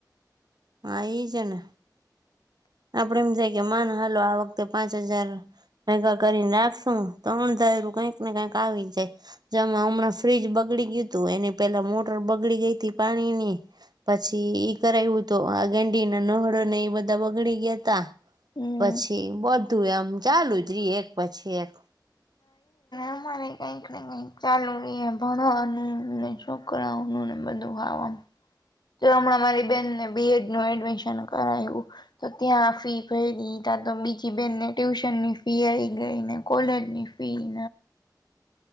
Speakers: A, on the right (about 65°); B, on the left (about 70°).
A: હા એ જ ને. આપડે એમ થાય કે માન હાલો આ વખતે પાંચ હજાર ભેગા કરીને રાખશું તો અણધારું કઈક ને કઈક આવી જાય. જેમાં હમણાં ફ્રીઝ બગડી ગયુતું, એની પેલા મોટર બગડી ગઈ હતી પાણીની પછી ઈ કરાયવું તો આ ગેંડીના નળ ને એ બધા બગડી ગ્યાતા,
B: હમ
A: પછી બધું એમ ચાલુ જ રી એક પછી એક <inaudible>
B: અમારેય કઈક ને કઈક ચાલુ રયે ભણવાનુંને છોકરાવનું ને બધું હવ આમ જો હમણાં મારી બેનને બીએડ નું એડમિશન કરાયુ તો ત્યાં ફી ભયરી ત્યાં તો બીજી બેનને ટ્યુશન ની ફી આવી ગઈને કોલેજની <unintelligible>